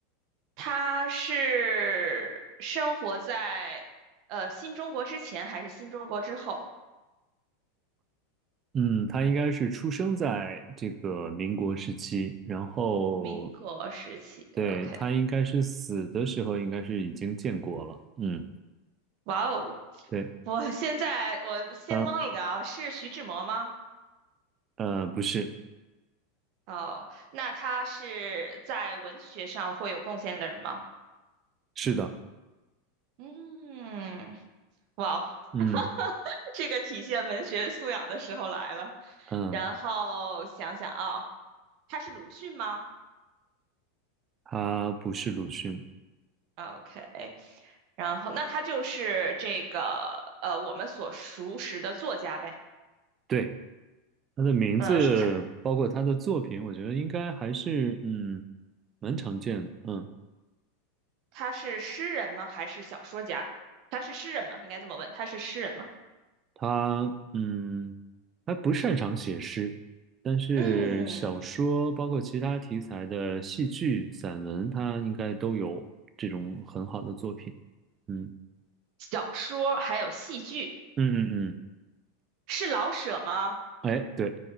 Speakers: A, on the right; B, on the right.
A: 他是生活在呃新中国之前还是新中国之后？
B: 嗯，他应该是出生在这个民国时期，然后，
A: 民国时期，OK，
B: 对，他应该是死的时候应该是已经建国了。嗯，
A: 哇哦！
B: 对，
A: 我现在我先蒙一个啊，
B: 啊
A: 是徐志摩吗？
B: 呃，不是，
A: 哦，那他是在文学上会有贡献的人吗？
B: 是的，
A: 嗯，哇哦，
B: 嗯
A: 这个体现文学素养的时候来了。
B: 嗯，
A: 然后想想啊，他是鲁迅吗？
B: 他不是鲁迅。
A: OK，然后那他就是这个呃我们所熟识的作家呗。
B: 对，他的名字，
A: 呃，是他
B: 包括他的作品，我觉得应该还是嗯蛮常见的。嗯，
A: 他是诗人吗？还是小说家？他是诗人吗？应该这么问，他是诗人吗？
B: 他嗯他不擅长写诗，但是小说包括其他题材的戏剧、
A: 嗯，
B: 散文，他应该都有这种很好的作品。嗯
A: 小说还有戏剧，
B: 嗯嗯
A: 是老舍吗？
B: 嗯，哎，对，